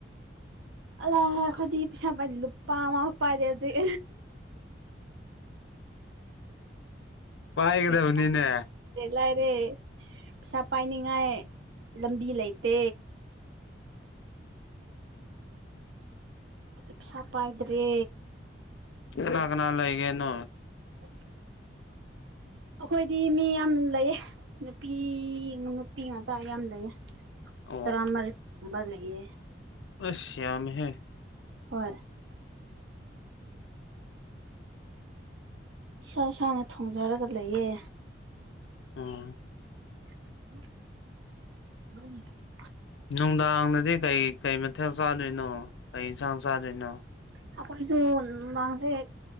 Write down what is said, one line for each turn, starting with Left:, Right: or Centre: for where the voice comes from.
Right: ꯑ ꯈꯔꯗꯤ ꯄꯩꯁꯥ ꯄꯥꯏꯅꯤ ꯂꯨꯄꯥ ꯑꯃ ꯄꯥꯏꯔꯦ ꯍꯧꯖꯤꯛ
Left: ꯄꯥꯏꯒꯗꯕꯅꯤꯅꯦ
Right: ꯌꯥꯝ ꯂꯥꯏꯔꯦ ꯄꯩꯁꯥ ꯄꯥꯏꯅꯤꯡꯉꯥꯏ ꯂꯝꯕꯤ ꯂꯩꯇꯦ ꯄ ꯁꯥꯄ ꯍꯥꯏꯗ꯭꯭ꯔꯦ
Left: ꯆꯅꯥ ꯀꯅꯥꯂꯒꯦꯅ
Right: <unintelligible> ꯑꯩꯈꯣꯏꯗꯤ ꯃꯤ ꯌꯥꯝ ꯂꯩꯌꯦ ꯅꯨꯄꯤ ꯅꯨꯄꯤ ꯉꯥꯛꯇ ꯌꯥꯝ ꯂꯩꯑ
Left: ꯑꯣ
Right: ꯇꯔꯥꯔꯤꯝꯕ ꯂꯩꯌꯦ
Left: ꯑꯁꯝ ꯍ
Right: ꯍꯣꯏ ꯏꯁꯥ ꯏꯁꯥꯅ ꯊꯣꯡꯖꯔꯒ ꯂꯩꯌꯦ
Left: ꯑꯝ
Right: ꯝ <inaudible> <unintelligible>
Left: ꯅꯨꯡꯗꯥꯡꯗꯗꯤ ꯀꯩ ꯀꯩ ꯃꯊꯦꯜ ꯆꯥꯗꯣꯏꯅꯣ ꯀꯩ ꯌꯦꯟꯁꯥꯡ ꯆꯥꯗꯣꯏꯅꯣ
Right: ꯑꯩꯈꯣꯏꯁꯨ ꯅꯨꯡꯥꯡꯁꯦ ꯑ